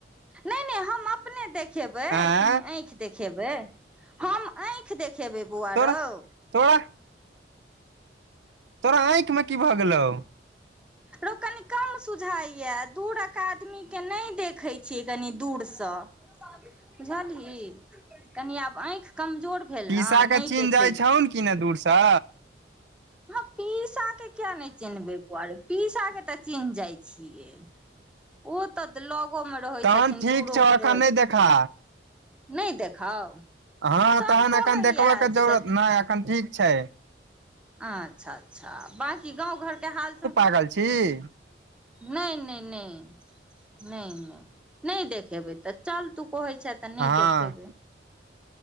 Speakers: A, in the centre; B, on the right.
A: नहि नहि हम अपने देखेबै
B: आँय
A: कनी आँखि देखे देखेबै हम आँखि देखेबै बौआ
B: तोरा
A: रौ
B: तोरा तोरा आँखि में की भए गेलौ
A: रो कनि कम सुझाइ यए दूरक आदमी के नहि देखैत छीयै कनी दूर सँ बुझली कनी आब आँखि कमजोर भेल
B: पीसा
A: ने नहि
B: के चीन्ह
A: देखै
B: जाइ छौन कि ने दूर से
A: ह पीसा के किया नहि चिन्हबे बुआ रे पीसा के तऽ चिन्ह जाइ छियै ओ तऽ लगो मे रहै
B: तहन
A: छथिन
B: ठीक
A: दूरो
B: छौ
A: मे
B: एखन
A: रहैन
B: नहि देखा
A: नहि देखाउ
B: हँ
A: सब
B: तहन
A: कहैया
B: एखन देखबय के
A: से
B: जरूरत
A: देख
B: नहि अखन ठीक छै
A: अच्छा अच्छा बाँकी गाँव घर के हाल सब
B: लगल छी
A: नहि नहि नहि नहि नहि नहि देखेबै तऽ चल तू कहै छ तऽ नहि
B: हँ
A: देखेबै